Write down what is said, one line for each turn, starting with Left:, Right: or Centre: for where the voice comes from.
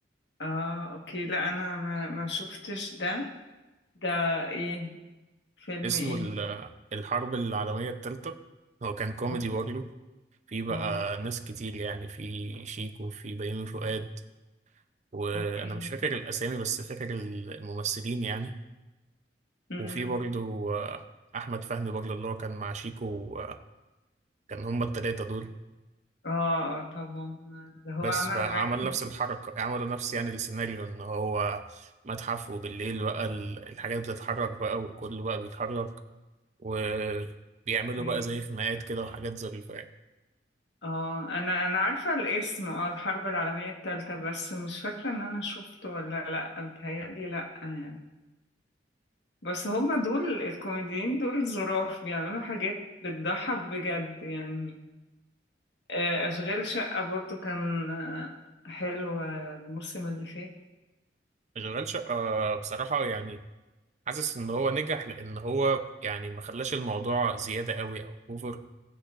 Left: اه اوكي لا انا ما, ما شفتش ده ده ايه فيلم
Right: اسمه
Left: ايه
Right: ال- آه، الحرب العالمية التالتة هو كان كوميدي
Left: أو-
Right: برضه في بقى
Left: اه
Right: ناس كتير يعني في شيكو في بيومي فؤاد وأنا
Left: اوكي
Right: مش فاكر الأسامي بس فاكر ال- الممثلين يعني
Left: مم.
Right: وفي برضه آه، أحمد فهمي برضه اللي هو كان مع شيكو كان هما التلاتة دول
Left: اه اه طبعا اللي هو
Right: بس
Left: عمل
Right: فعمل
Left: رايحن
Right: نفس الحركة عملوا نفس يعني السيناريو ان هو متحف وبالليل بقى ال- الحاجات بتتحرك بقى وكله بقى بيتحرك وبيعملوا
Left: دي.
Right: بقى زي خناقات كده وحاجات ظريفة يعني
Left: اه انا انا عارفه الاسم اه الحرب العالميه الثالثه بس مش فاكره ان انا شفته ولا لا متهيألي لا يعني بس هما دول الكوميديين دول ظراف بيعملوا حاجات بتضحك بجد يعني آه، اشغال شقه برضو كان آه، حلو آه، الموسم اللي فات
Right: شغال شقة بصراحة يعني حاسس ان هو نجح لان هو يعني ما خلاش الموضوع زيادة قوي او اوفر